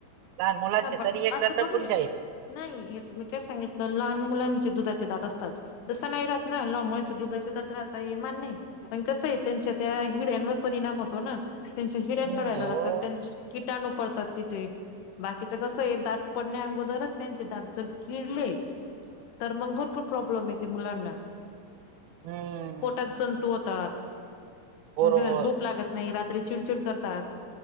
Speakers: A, on the right; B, on the left.
A: लहान मुलांचे
B: हा पण
A: तरी एकदा
B: असं
A: तकून
B: थोडी आहे.
A: जाईल-
B: नाही तुम्ही काय सांगितलं लहान मुलांचे दुधाचे दात असतात. तसं नाही राहत ना लहान मुलंच दुधाच्या राहता हे मान्य नाही. पण कसं आहे त्यांच्या त्या हिड्यांवर परिणाम होतो ना. त्यांच्या हिड्या सडायला
A: नाही हो.
B: लागतात. त्यांचे किटाणू पडतात तिथे. बाकीचं कसं आहे दात पडण्या अगोदरच त्यांचे दात जर किडले. तर मग भरपूर प्रॉब्लेम येते मुलांना.
A: हम्म.
B: पोटात जंतू होतात.
A: बरोबर
B: मग त्याना झोप लागत नाही. नाही रात्री चिडचिड करतात.